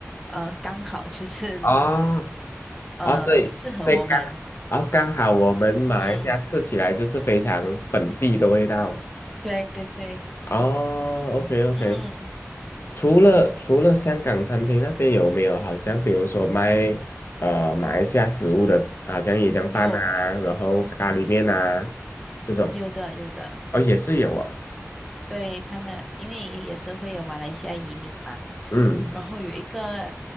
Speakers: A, in the centre; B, on the left (about 50°).
A: 呃，刚好就是
B: 啊。哦
A: 呃，
B: 哦，所以所以刚，
A: 适合我们。
B: 哦刚好我们马来西亚吃起来就是非常本地的味道。
A: 嗯，对对对，
B: 哦，OK OK，
A: 嗯，
B: 除了除了香港餐厅那边有没有好像比如说卖呃马来西亚食物的，好像椰浆饭啊，
A: 有
B: 然后咖喱面啊这种，
A: 有的有的，
B: 哦也是有啊，
A: 对他们，因为也是会有马来西亚移民嘛，
B: 嗯，
A: 然后有一个